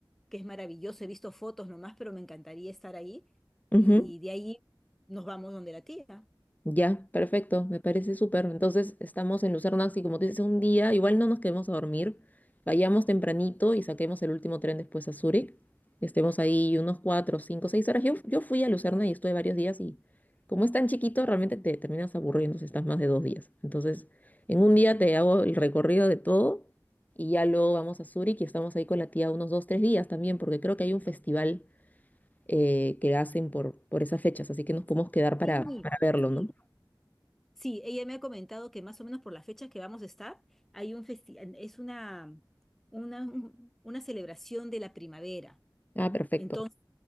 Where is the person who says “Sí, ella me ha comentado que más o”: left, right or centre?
Centre